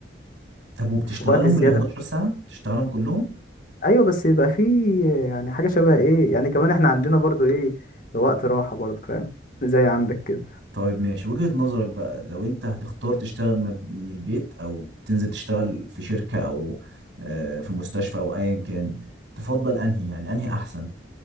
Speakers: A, on the right (about 75°); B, on the left (about 45°).
A: طب وبتشتغلهم
B: في وقت الزيادة
A: ال 11 ساعة بتشتغلهم كلهم
B: ايوه بس بيبقى فيه يعني حاجة شبه ايه يعني كمان احنا عندنا برضو ايه وقت راحة برضو فاهم <laughs> زي عندك كده
A: طيب ماشي وجهة نظرك بقى لو انت هتختار تشتغل م- من البيت او تنزل تشتغل في شركة او آه، في مستشفى او ايا كان تفضل انهي يعني انهي احسن